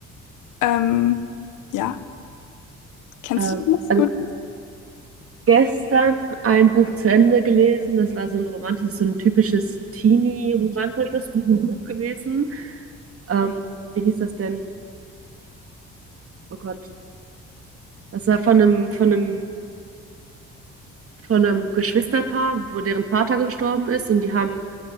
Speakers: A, on the left; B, on the right.
A: Ähm, ja, kennst
B: Ähm,
A: du das
B: also
A: gut?
B: ich hab gestern ein Buch zu Ende gelesen. Das war so ein romantisches, so ein typisches Teenie-romantisches <laughs> Buch gewesen. Ähm, wie hieß das denn? Oh Gott. Das war von einem, von einem von einem Geschwisterpaar, wo deren Vater gestorben ist und die haben,